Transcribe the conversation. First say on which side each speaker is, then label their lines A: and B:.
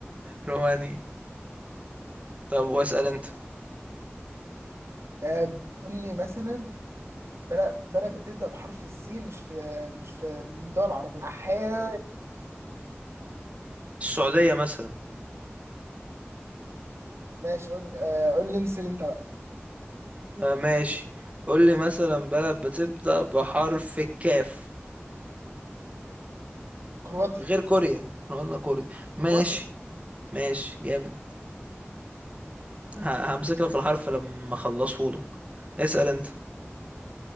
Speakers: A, on the right (about 30°); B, on the right (about 80°).
A: رومانيا طب واسأل انت
B: آه قول لي مثلا بلد بلد بتبدأ بحرف السين مش في مش في من الدول العربية أحيانا
A: السعودية مثلا
B: ماشي قول آه قول لي انسى انت بقى
A: آه ماشي قول لي مثلا بلد بتبدأ بحرف الكاف
B: كرواتيا
A: غير كوريا احنا قلنا كوريا
B: كرواتيا
A: ماشي ماشي جامد ه- همسك لك الحرف لما اخلصه لك اسأل انت